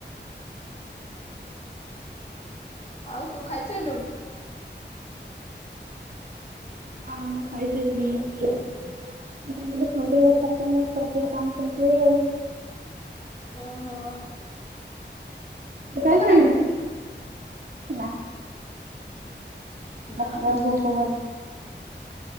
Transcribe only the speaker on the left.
ଆଉ ତୁ ଖାଇସାରିଲୁ?
ଓହ।
କରେଇନି
ନା
ମୁଁ